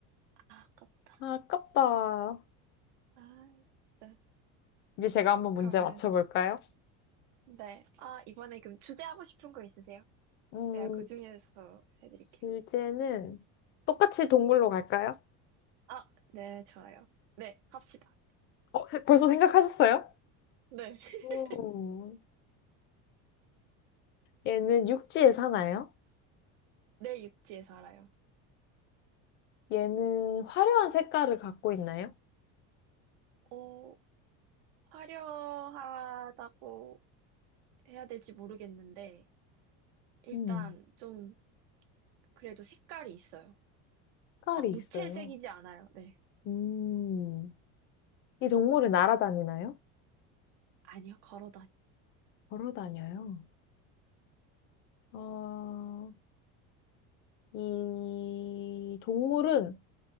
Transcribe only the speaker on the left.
아, 아깝다.
이제 제가 한번
문제 맞춰볼까요?
음,
주제는 똑같이 동물로 갈까요?
어, 벌써 생각하셨어요?
음. 얘는 육지에 사나요?
얘는 화려한 색깔을 갖고 있나요?
음,
색깔이
있어요.
음, 이 동물은 날아다니나요?
걸어 다녀요. 어, 이 동물은